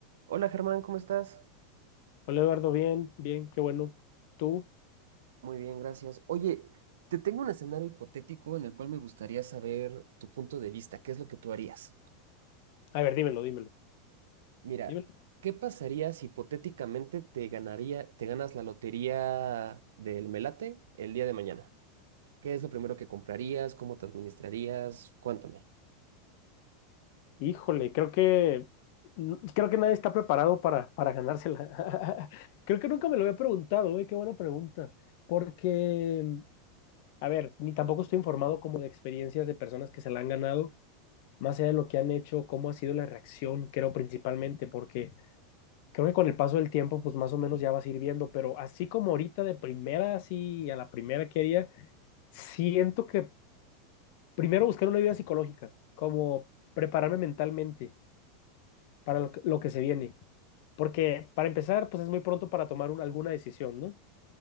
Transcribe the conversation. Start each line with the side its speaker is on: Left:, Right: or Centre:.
Right: Hola Germán, ¿cómo estás?
Left: Hola Eduardo, bien, bien, qué bueno. ¿Tú?
Right: Muy bien, gracias. Oye, te tengo un escenario hipotético en el cual me gustaría saber tu punto de vista, qué es lo que tú harías.
Left: A ver, dímelo, dímelo,
Right: Mira,
Left: dímelo.
Right: ¿qué pasaría si hipotéticamente te ganaría, te ganas la lotería del Melate el día de mañana? ¿Qué es lo primero que comprarías? ¿Cómo te administrarías? Cuéntame.
Left: Híjole, creo que n- creo que nadie está preparado para, para ganársela. <laughs> Creo que nunca me lo había preguntado, ¿eh? Qué buena pregunta. Porque, a ver, ni tampoco estoy informado como de experiencias de personas que se la han ganado, más allá de lo que han hecho, cómo ha sido la reacción, creo principalmente, porque creo que con el paso del tiempo, pues más o menos ya vas a ir viendo, pero así como ahorita de primera, así a la primera que haría, siento que primero buscar una ayuda psicológica, como prepararme mentalmente para lo que, lo que se viene. Porque para empezar, pues es muy pronto para tomar un- alguna decisión, ¿no?